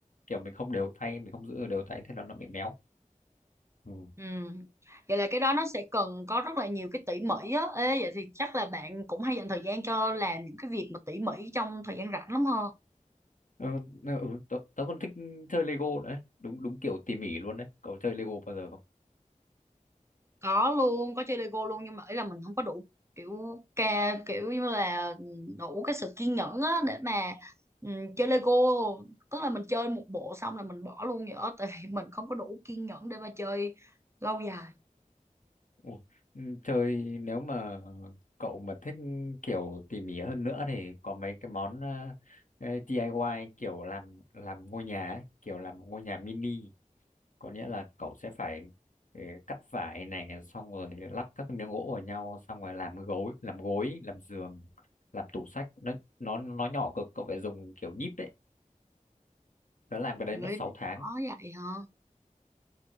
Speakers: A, on the left; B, on the right.
A: kiểu mình không đều tay mình không giữ đều tay thế là nó bị méo ừ.
B: ừ. vậy là cái đó nó sẽ cần có rất là nhiều cái tỉ mỉ á ê vậy thì chắc là bạn cũng hay dành thời gian cho làm những cái việc mà tỉ mỉ trong thời gian rảnh lắm ha
A: Ừ, ừ, tớ, tớ còn thích chơi Lego nữa đấy. đúng đúng kiểu tỉ mỉ luôn đấy cậu chơi Lego bao giờ không
B: có luôn có chơi Lego luôn nhưng mà ý là mình không có đủ kiểu ca kiểu như là ừ, đủ cái sự kiên nhẫn á để mà ừ, chơi Lego tức là mình chơi một bộ xong là mình bỏ luôn vậy đó tại vì mình không có đủ kiên nhẫn để mà chơi lâu dài
A: Ủa, ừ, chơi nếu mà cậu mà thích kiểu tỉ mỉ hơn nữa thì có mấy cái món ờ, cái DIY kiểu làm làm ngôi nhà ấy, kiểu làm ngôi nhà mini có nghĩa là cậu sẽ phải ừ, cắt vải này xong rồi lắp các miếng gỗ vào nhau xong rồi làm gối làm gối làm giường làm tủ sách nó nó nó nhỏ cực cậu phải dùng kiểu nhíp đấy nó làm cái đấy mất
B: Vậy
A: 6
B: nó
A: tháng
B: bỏ vậy hả